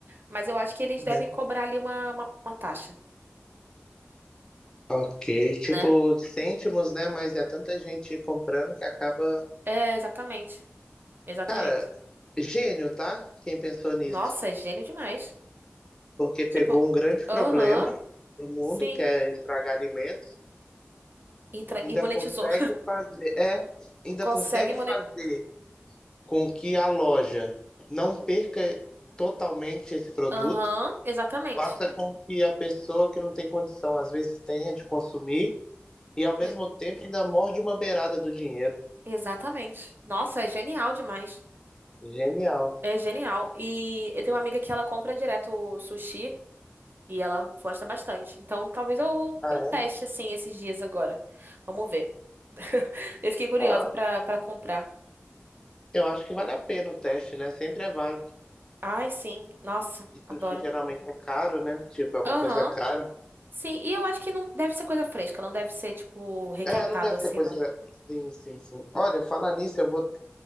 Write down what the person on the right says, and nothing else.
Mas eu acho que eles devem
cobrar ali uma, uma, uma taxa,
né?
É, exatamente. Exatamente.
Nossa, é gênio demais.
Tipo,
aham,
sim.
E, tra-
e monetizou.
<laughs>
Consegue
Aham, exatamente.
E-
Exatamente. Nossa, é genial demais.
É genial. E eu tenho uma amiga que ela compra direto sushi e ela gosta bastante. Então, talvez eu,
eu
teste assim esses dias agora. Vamos ver. <laughs> Eu fiquei curiosa
pra, pra comprar.
Ai, sim. Nossa,
adoro.
Aham.
Sim, e eu acho que não deve ser coisa fresca, não deve ser, tipo, requentado
assim,
não.